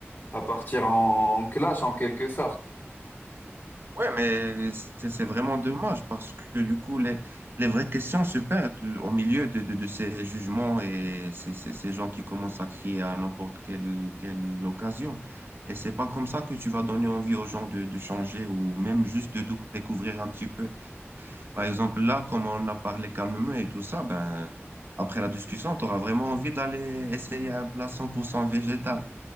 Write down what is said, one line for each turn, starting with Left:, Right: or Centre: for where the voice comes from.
Left: à partir en clash en quelque sorte.
Right: Ouais, mais c'est c'est vraiment dommage parce que du coup, les, les vraies questions se perdent euh, au milieu de, de, de ces jugements et ces, ces, ces gens qui commencent à crier à n'importe quelle, quelle occasion. Et c'est pas comme ça que tu vas donner envie aux gens de, de changer ou même juste de dou- découvrir un petit peu. Par exemple, là, comme on a parlé calmement et tout ça, ben, après la discussion, tu auras vraiment envie d'aller essayer un plat 100% végétal.